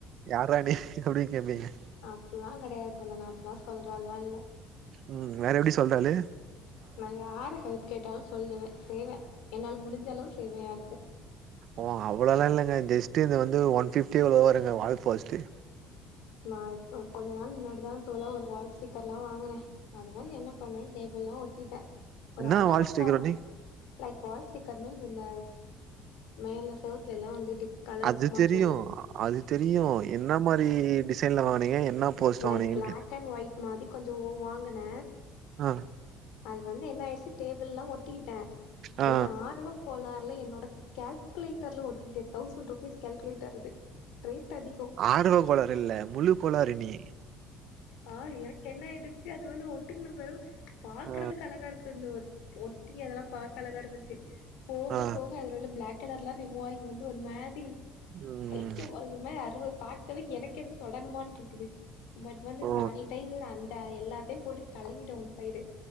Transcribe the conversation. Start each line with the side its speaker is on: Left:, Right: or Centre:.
Right: யார்ர நீ அப்டி கேப்பீங்க
Left: அப்பில்லா கெடையாது தோழா நா அப்ல்லா சொல்ற ஆள்லா இல்ல
Right: ம் வேற எப்டி சொல்ற ஆளு
Left: நா யாரு ஹெல்ப் கேட்டாலு சொல்லுவ செய்வ என்னால முடிஞ்ச அளவு செய்வ யாருக்கு
Right: ஓ அவ்ளவு இல்லங்க ஜஸ்ட் இந்த வந்து ஒன் ஃபிஃப்டி எவ்ளோ வருங்க வால் போஸ்ட்டு
Left: நா இப்ப கொஞ்ச நாள் முன்னாடி தா தோழா ஒரு வால் ஸ்டிக்கர் எல்லா வாங்குன அது வந்து என்ன பண்ண டேபிள்லா ஒட்டிட்ட ஒரு
Right: என்னா
Left: ஆர்வகோ
Right: வால் ஸ்டிக்கர் ஒட்டி
Left: லைக் பால் ஸ்டிக்கர் மீன்ஸ் இந்த மேல செவத்துல எல்லா டிஃப் வந்து கலர்
Right: அது
Left: மாத்துவோ
Right: தெரியு அது தெரியு என்ன மாரி டிசைன்ல வாங்கனீங்க என்ன போஸ்ட்
Left: லைக்
Right: வாங்குனீங்கன்னு
Left: பிளாக்
Right: கேட்
Left: அண்ட் ஒயிட் மாதி கொஞ்சோ வாங்கன
Right: ஆ
Left: அது வந்து என்ன ஆய்ச்சு டேபிள் எல்லா ஒட்டிட்ட
Right: ஆ
Left: தென் ஆர்வ கோளாற்ல என்னோட கால்குலேட்டர்ல ஒட்டிட்டே தௌசண்ட் ருபீஸ் கால்குலேட்டர் அது ரேட் அதிகோ
Right: ஆர்வ கோளாறு இல்ல முழு கோளாறு நீ
Left: ஆ எனக் ஆய்டுச்சு அது வந்து ஒட்டுக்கு நம்மற பாக்குறதுக்கு
Right: ஆ
Left: அழகா இருக்கு இருந்து ஒ ஒட்டி அதெல்லாம் பாரக்க அழகா இருந்துச்சு போக
Right: ஆ
Left: போக அதில் உள்ள பிளாக் கலர் எல்லாம் ரிமூவ் ஆகி வந்து ஒரு மாதிரி
Right: ம்
Left: பைத்தியம் ஒரு மாதிரி அறுபது பேக் எனக்கு இது தொடணுமான்ட்டு இருக்குது பட் வந்து
Right: ஓ
Left: சானிடைசர் அந்த எல்லாத்தையும் போட்டு கழுவிட்டே ஒன் சைடு